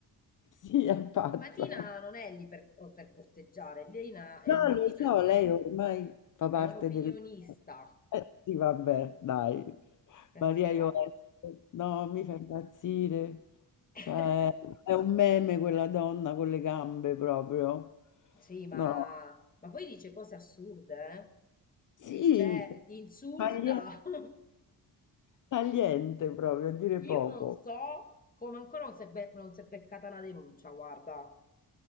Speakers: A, on the left; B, on the left.
A: <laughs> Sì, è pazza.
B: Ma Tina non è lì per, oh, per corteggiare. Lina, è,
A: No, lo
B: Tina
A: so, lei ormai fa
B: è
A: parte
B: un'opinionista.
A: del... Eh, sì, vabbè, dai.
B: È
A: Maria
B: simpatico.
A: Ionesco, no, mi fa impazzire.
B: <laughs>
A: Cioè, è un meme quella donna con le gambe proprio.
B: Sì, ma,
A: No,
B: ma poi dice cose assurde, eh?
A: sì,
B: Cioè, ti insulta.
A: tagliente,
B: <laughs>
A: tagliente proprio, a dire
B: Io
A: poco.
B: non so come ancora non si è, be- non si è beccata una denuncia, guarda.